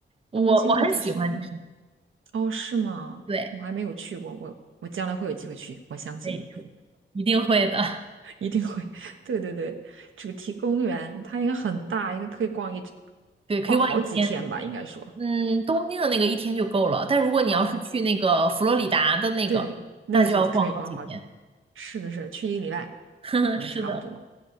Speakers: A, on the right (about 30°); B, on the right (about 85°).
A: 我我很喜欢迪士尼，
B: 东京的迪士尼，嗯哦，是吗？
A: 对，
B: 我还没有去过，我我将来会有机会去，我相信
A: 可以可以，一定会的，
B: <laughs> 一定会。<laughs> 对对对，主题公园它应该很大，应该可以逛一，
A: <laughs> 对，可以玩一天。
B: 逛好几天吧，应该说。
A: 嗯，东京的那个一天就够了，但如果你要是去那个佛罗里达的那个，
B: 哦，对，那个就可以逛好。
A: 那就要逛好几天。
B: 是的是，去一个礼拜，
A: <laughs>
B: 可能差不多。
A: 是的，